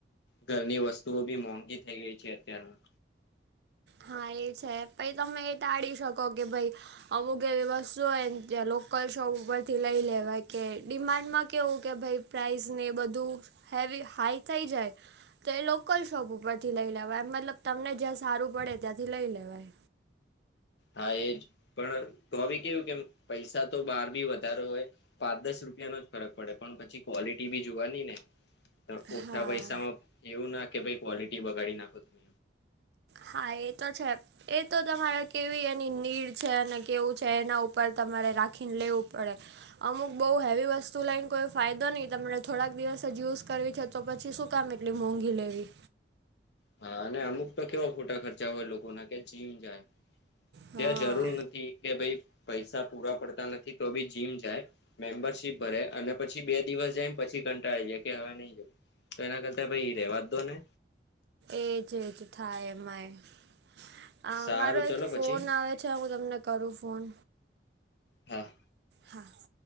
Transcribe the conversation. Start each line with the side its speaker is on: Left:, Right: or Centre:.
Left: ઘરની વસ્તુઓ બી મોંઘી થઈ ગઈ છે અત્યારના
Right: હા એ છે પહી તમે એ ટાળી શકો કે ભઈ અમુક એવી વસ્તુ હોય ત્યાં લોકલ શોપ ઉપરથી લઈ લેવાય કે ડિમાન્ડમાં કેવું કે ભઈ પ્રાઈઝને એ બધું હેવી હાઈ થઈ જાય. તો એ લોકલ શોપ ઉપર થી લઈ લેવાય. મતલબ તમને જ્યાં સારું પડે ત્યાંથી લઈ લેવાય.
Left: હા એજ પણ તોબી કેવું કે એમ પૈસા તો બહાર બી વધારે હોય. પાંચ દસ રૂપિયાનો જ ફરક પડે પણ પછી ક્વોલિટી બી જોવાનીને
Right: હા.
Left: ઓછા પૈસામાં એવું ના કે ભઈ ક્વોલિટી બગાડી નાખો તમે.
Right: હા એ તો છે. એ તો તમારે કેવી એની નીડ છે ને કેવું છે એના ઉપર તમારે રાખીને લેવું પડે. અમુક બઉ હેવી વસ્તુ લઈન કોઈ ફાયદો ની તમને થોડાક દિવસ જ યુઝ કરવી છે તો પછી શું કામ એટલી મોંઘી લેવી.
Left: હા અને અમુક તો કેવા ખોટા ખર્ચા હોય લોકો ના કે જીમ જાય.
Right: હા
Left: ત્યાં જરૂર નથી કે ભાઈ પૈસા પૂરા પડતા નથી તો ભી જીમ જાય મેમ્બરશીપ ભરે અને પછી બે દિવસ જાય પછી કંટાળી જાય કે હવે નહી જવું. તો એના કરતા ભઈ રહેવા દો ને
Right: એજ એજ થાય એમાંય અહ
Left: સારું
Right: મારો
Left: ચલો
Right: એક ફોન
Left: પછી
Right: આવે છે હું તમને કરું ફોન.
Left: હા.
Right: હા.